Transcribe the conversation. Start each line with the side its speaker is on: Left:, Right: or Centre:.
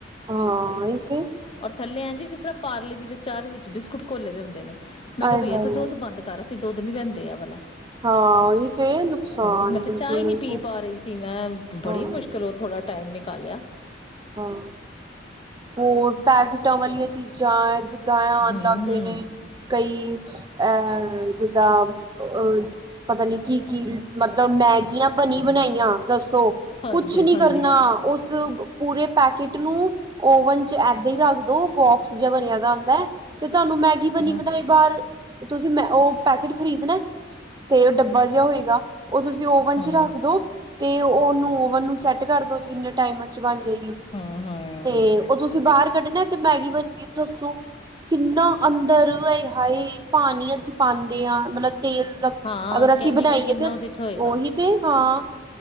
Right: ਹਾਂ ਇਹ ਤੇ
Left: ਔਰ ਥੱਲੇ ਅਹਿੰਗ ਜਿਸ ਤਰਹ ਪਾਰਲੇ ਜਿਹਦੇ ਚਾਹ ਦੇ ਵਿੱਚ ਬਿਸਕੁਟ ਘੋਲੇ ਦੇ ਹੁੰਦੇ ਨੇ। ਮੈਂ
Right: ਆਏ
Left: ਕਿਹਾ ਭਈਆ
Right: ਹਾਏ
Left: ਤੂੰ ਦੁੱਧ ਬੰਦ ਕਰ ਅਸੀ ਦੁੱਧ ਨੀ ਰਹਿੰਦੇ। ਦੇਿਆ ਵਲਾਾ।
Right: ਹਾਂ ਇਹ ਤੇ ਨੁਕਸਾਨ
Left: ਹੋ ਮੈਂ ਤੇ
Right: ਬਿਲਕੁਲ
Left: ਚਾਹ ਹੀ ਨਹੀਂ
Right: ਇਹ
Left: ਪੀ
Right: ਤੇ
Left: ਪਾ ਰਹੀ ਸੀ ਮੈਂ ਬੜੀ
Right: ਹਾਂ
Left: ਮੁਸ਼ਕਿਲ ਉਹ ਥੋੜਾ। ਟਾਈਮ ਨਿਕਾਲਿਆ।
Right: ਹਾਂ ਹੋਰ ਪੈਕਤਾ ਵਾਲੀਆਂ ਚੀਜ਼ਾਂ। ਜ ਦ ਆਉਣ
Left: ਹੂੰ
Right: ਲੱਗ
Left: ਹੂੰ
Right: ਗਏ ਨੇ ਕਈ ਅਹ ਜਿੱਦਾਂ ਅਹ ਪਤਾ ਨੀ ਕੀ-ਕੀ। ਮਤਲਬ ਮੈਗੀਆਂ ਭਣੀ ਬਣਾਈਆਂ। ਦੱਸੋ
Left: ਹਾਂਜੀ-ਹਾਂਜੀ
Right: ਕੁਛ ਨੀ ਕਰਨਾ। ਉਸ ਪੂਰੇ। ਪੈਕੇਟ ਨੂੰ ਓਵਨ ਚ ਏਦਾਂ ਹੀ ਰੱਖਦੋ ਬੋਕ ਆਕਸੀਜਨ ਬਣਿਆਦਾ ਹੁੰਦਾ ਹੈ ਤੇ ਤੁਹਾਨੂੰ ਮੈਗੀ ਬਣੀ
Left: ਹੂੰ
Right: ਬਣਾਈ ਬਾਹਰ ਤੁਸੀਂ ਮੈਂ ਉਹ ਪੈਕਟ ਖ਼ਰੀਦਣਾ। ਤੇ ਉਹ ਡੱਬੇ ਵਧਹਾ ਹੋਏਗਾ। ਉਹ ਤੁਸੀਂ ਓਵਨ
Left: ਹੂੰ
Right: ਚ ਰੱਖਦੋ। ਤੇ ਉਹਨੂੰ ਓਵਨ ਨੂੰ ਸੈਟ ਕਰ ਦੋ। ਜਿੰਨੇ ਟਾਈਮ ਬਣ ਜਾਏਗੀ
Left: ਹੂੰ ਹੂੰ
Right: ਤੇ ਉਹ ਤੁਸੀਂ ਬਾਹਰ ਕੱਢਣਾ। ਤੇ ਮੈਗੀ ਬਣ ਗਈ ਦੱਸੋ ਕਿੰਨਾ ਅੰਦਰ ਇਹ ਹਾਏ ਪਾਣੀ ਅਸੀਂ ਪਾਉਂਦੇ ਹਾਂ। ਮਤਲਬ। ਤੇਲ
Left: ਹਾਂ
Right: ਅਗਰ ਅਸੀਂ
Left: ਕੈਮੀਕਲ
Right: ਬਣਾਈਏ
Left: ਕਿੰਨਾ
Right: ਤੇ
Left: ਉਹਦੇ ਚ ਹੋਏਗਾ।
Right: ਓਹੀ ਤੇ ਹਾਂ।